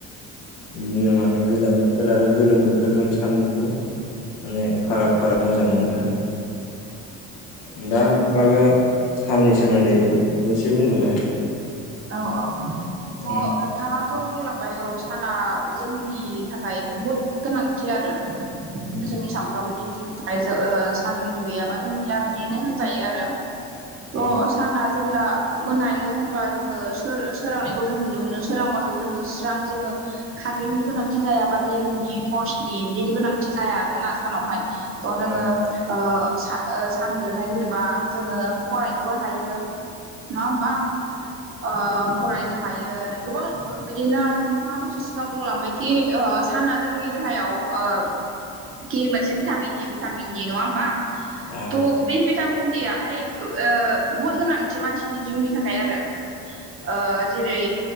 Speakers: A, on the left (about 85°); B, on the right (about 40°).
A: बिदिनो माने गोजां बोथोर आरो गोलोम बोथोरजों सान्दुंखौ माने फाराग फाराग मोजां मोनो। दा नोंथाङाबो साननि सोमोन्दै दसे बुंदोनाय
B: औ औ थ'
A: उम
B: नोंथाङा थ' बुंलांबाय औ साना जोंनि थाख बुहुद गोनांथि आरो
A: उम
B: जोंनि सामफ्रामबोनि जि जाय ओ सान गैयाबा जों गैया बिदिनो होनजायो आरो थस
A: उम
B: साना जेब्ला मोनायो होमबा जोङो सो-सोरांनायखौ जों नुनो मोनो सोरांबासो जोङो स्रां जोङो कारेन्टनि गोनांथि जायाबा लेम्पनि टर्सनि बिदिनि गोनांथि जाया आरोना सानाव हाय थ' जोङो
A: औ
B: ओ सा-सानजोंहाय जेनेबा जोङो फरायनोबो हायो। नङा होमबा ओ फरायनो हायो आरो गोबां बिदिनो आरो नोंथाङा दसे सिगां बुंलांबाय कि ओ साना जोंनि देहायाव ओ कि मोनसे भिटामिन हो भिटामिन दि नङा होमबा
A: <unintelligible>
B: थ' बे भिटामिन दि याहाय ओ बुहुद गोनांथि मानसिनि जिउनि थाखाय आरो। ओ जेरै